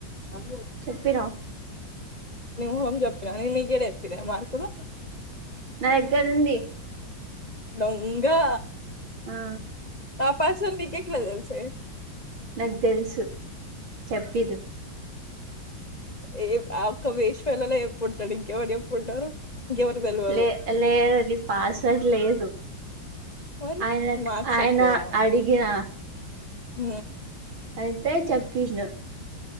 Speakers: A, on the left; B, on the right.
A: వ
B: చెప్పినావ్
A: హోమ్ <unintelligible> న గడ ఇతర మార్కుడా
B: నా దగ్గర ఉంది
A: దొంగా
B: ఆ
A: నా పర్సనల్ నీకు ఎట్లా తెలుసే
B: నాకు తెలుసు చెప్పిర్రు
A: ఏ ఆ ఒక వేస్ట్ ఫెలో చెప్పుడు ఇంకెవరుచెప్పుకుంటారు ఇంకెవరు తెల్వదు
B: లే లేదండి పాస్వర్డ్ లేదు
A: మరి
B: ఆయన
A: మార్క్స్
B: ఆయన
A: చేపిర్ర
B: అడిగిన
A: ఉ
B: అయింతే చెప్పిసిన